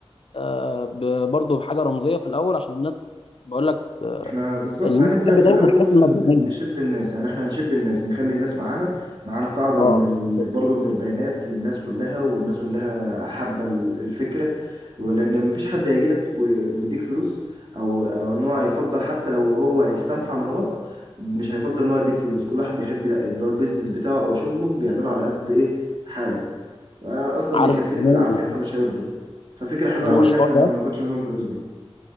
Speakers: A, on the left; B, on the right.
A: آه، ب- برضه بحاجه رمزيه في الاول عشان الناس بقول لك آه،
B: احنا بالظبط
A: الناس
B: هنبدأ
A: بتحب
B: في
A: دايما
B: الأول
A: الحاجات المبنيه
B: نشد الناس يعني احنا هنشد الناس نخلي الناس معانا معانا قاعدة
A: اه
B: من
A: بالظبط
B: ال... برضه من البيانات للناس كلها والناس كلها حابة ال- الفكرة ولأن مفيش حد هيجي لك و- ويديك فلوس أو أو إن هو هيفضل حتى لو هو هيستنفع من وراك مش هيفضل إن هو يديك فلوس كل واحد بيحب لا- اللي هو البيزنس بتاعه أو شغله بيعمله على قد إيه حاله أنا أصلا
A: عارف
B: بيكفيني
A: كمان
B: بالعافية فمش هيرضوا ففكرة حلوة
A: المشروع
B: أوي إن احنا ما
A: ده
B: ناخدش منهم فلوس دي